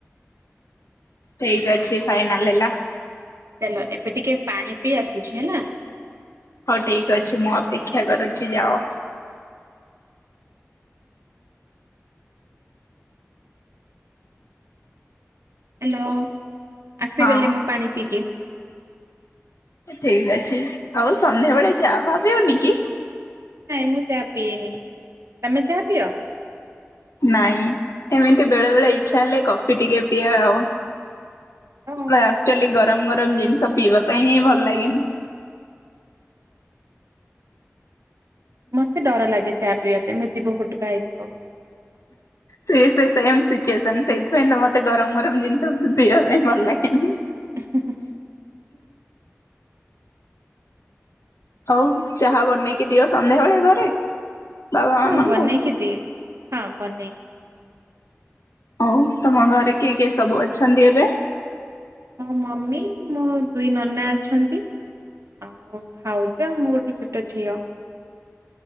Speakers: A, on the left (about 85°); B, on the right (about 70°).
A: ଠିକ୍ ଅଛି ଫାଇନାଲ ହେଲା।
B: ଚାଲ ଏବେ ଟିକେ ପାଣି ପିଇ ଆସୁଛି ହେଲା।
A: ହଉ ଠିକ୍ ଅଛି ମୁଁ ଅପେକ୍ଷା କରୁଛି ଯାଅ।
B: ହ୍ୟାଲୋ ଆସିଗଲି
A: ହଁ
B: ମୁଁ ପାଣି ପିଇକି।
A: ଠିକ ଅଛି ଆଉ ସନ୍ଧ୍ୟାବେଳେ ଚା ଫା ପିଅନିକି?
B: ନାଇଁ ମୁଁ ଚାହା ପିଏନି ତମେ ଚାହା ପିଅ?
A: ନାଇଁ ଏମିତି ବେଳେ ବେଳେ ଇଚ୍ଛା ହେଲେ କଫି ଟିକେ ପିଏ ଆଉ।
B: ଭଲ
A: ଆକ୍ଚୁଆଲି ଗରମ ଗରମ ଜିନିଷ ପିଇବା ପାଇଁ ହିଁ ଭଲ ଲାଗେନି।
B: ମତେ ଡର ଲାଗେ ଚାହା ପିଇବା ପାଇଁ ମୋ ଜିଭ ଫୁଟୁକା ହେଇଯିବ।
A: ସେ ସେ ସେମ୍ ସିଚୁଏସନ ସେଇଥିପାଇଁ ତ ମତେ ଗରମ ଗରମ ଜିନିଷ ସ ପିଇବା ପାଇଁ ଭଲ ଲାଗେନି।
B: <inaudible>
A: ହଉ ଚାହା ବନେଇକି ଦିଅ ସନ୍ଧ୍ୟାବେଳେ ଘରେ? ବାବା ମାମାଙ୍କୁ।
B: ହଁ ବନେଇକି ଦିଏ ହଁ ବନେଇକି ଦିଏ
A: ହଉ ତମ ଘରେ କିଏ କିଏ ସବୁ ଅଛନ୍ତି ଏବେ?
B: ମୋ ମମି ମୋ ଦୁଇ ନନା ଅଛନ୍ତି ଆଉ ଭାଉଜ ମୁଁ ଗୋଟେ ଛୋଟ ଝିଅ।